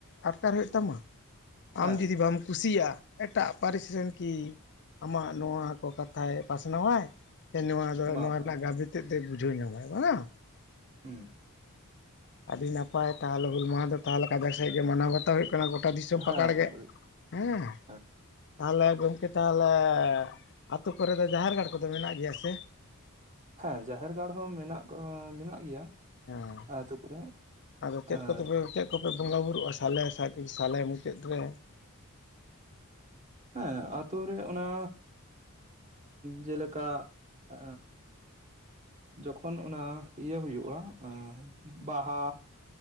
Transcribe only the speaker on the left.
ᱟᱴᱠᱟᱨ ᱦᱩᱭᱩᱜ ᱛᱟᱢᱟ
ᱟᱢ ᱡᱩᱫᱤ ᱵᱟᱢ ᱠᱩᱥᱤᱭᱟᱜ ᱮᱴᱟᱜ ᱯᱟᱹᱨᱤᱥ ᱨᱮᱱ ᱠᱤ ᱟᱢᱟᱜ ᱱᱚᱣᱟ ᱠᱚ ᱠᱟᱛᱷᱟᱭ ᱯᱟᱥᱱᱟᱣᱟᱭ ᱱᱚᱣᱟ ᱫᱚ
ᱱᱚᱣᱟ
ᱨᱮᱱᱟᱜ
ᱜᱟᱵ ᱛᱮᱫ ᱛᱮ ᱵᱩᱡᱷᱟᱹᱣ ᱧᱟᱢᱟᱭ ᱵᱟᱝᱟ
ᱟᱹᱰᱤ ᱱᱟᱯᱟᱭ ᱛᱟᱦᱚᱞᱮ ᱦᱩᱞ ᱢᱟᱦᱟ ᱫᱚ ᱛᱟᱦᱚᱞᱮ ᱠᱟᱡᱟᱠ ᱥᱮᱫ ᱜᱮ ᱢᱟᱱᱟᱣ ᱵᱟᱛᱟᱣ ᱦᱩᱭᱩᱜ ᱠᱟᱱᱟ ᱜᱚᱴᱟ ᱫᱤᱥᱚᱢ
ᱯᱟᱠᱟᱲ ᱜᱮ
ᱦᱩᱸ
ᱛᱟᱦᱚᱞᱮ ᱜᱚᱝᱠᱮ ᱛᱟᱦᱚᱞᱮ ᱟᱛᱳ ᱠᱚᱨᱮ ᱫᱚ ᱡᱟᱦᱮᱨ ᱜᱟᱲ ᱠᱚᱫᱚ ᱢᱮᱱᱟᱜ ᱜᱮᱭᱟ ᱥᱮ
ᱦᱮᱸ
ᱟᱫᱚ ᱪᱮᱫ
ᱠᱚᱛᱮᱯᱮ ᱪᱮᱫ ᱠᱚ ᱯᱮ ᱵᱚᱸᱜᱟ ᱵᱩᱨᱩᱜᱼᱟ ᱥᱟᱞᱮ ᱥᱟᱠ ᱥᱟᱞᱮ ᱢᱩᱪᱟᱹᱫ ᱨᱮ